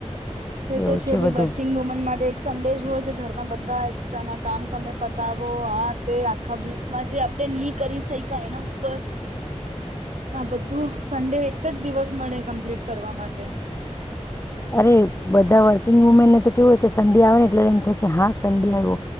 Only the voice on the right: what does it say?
એ
તો છે, ભ
વર્કિંગ વુમન માટે એક સંડેજ હોય છે, ઘરના બધા એસ્ટ્રા ના કામ, તમે પતાવો હા તે આખા વીકમાં જે આપણે નની કરી શાય એના ઉપર
હા, બધું સન્ડે એક જ દિવસ મળે કમ્પ્લીટ કરવા માટે